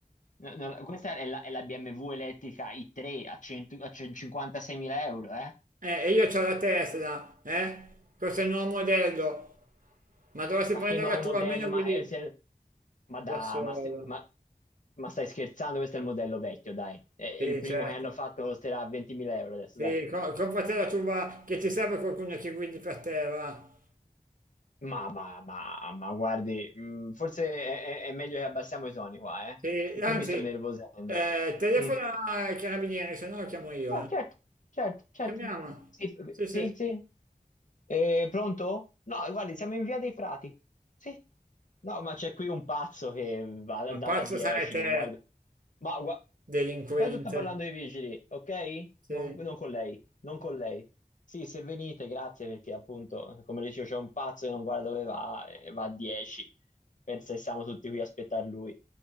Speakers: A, on the left; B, on the right.
A: no, no, questa è la, è la BMW elettrica i3 a, 100 a 156.000 euro, eh?
B: Eh, e io c'ho la Tesla, eh? Questo è il nuovo modello. Ma dovresti
A: Ma
B: prendere
A: che nuovo
B: la tua,
A: modello,
B: almeno
A: ma,
B: guidi
A: eh, se- ma da,
B: da solo.
A: ma, se- ma- ma stai scherzando? Questo è il modello vecchio, dai. Eh,
B: Sì,
A: il primo
B: certo.
A: che hanno fatto costerà 20.000 euro adesso,
B: Sì,
A: dai.
B: co- compra te la tua, che ti serve qualcuno che guidi per te, va.
A: Ma, ma, ma, ma guardi, mh, forse è, è- è meglio che abbassiamo i toni qua, eh?
B: Sì,
A: Perché
B: anzi,
A: io mi sto innervosendo.
B: eh, telefona
A: Mm.
B: ai carabinieri, se no lo chiamo io,
A: Ah,
B: eh.
A: certo, certo, certo.
B: Chiamiamo.
A: Sì,
B: Sì,
A: sì,
B: sì, sì.
A: sì. Eh, pronto? No, guardi, siamo in via dei Frati. Sì. No, ma c'è qui un pazzo che va-
B: Ma
A: andava
B: pazzo
A: a 10,
B: sarai te.
A: non guarda. Ma gua-
B: Delinquente,
A: intanto sta parlando ai vigili, ok?
B: sì,
A: Non, non con lei, non con lei. Sì, se venite, grazie, perché appunto, come dicevo, c'è un pazzo che non guarda dove va e va a 10. Pensa che siamo tutti qui a aspettare lui.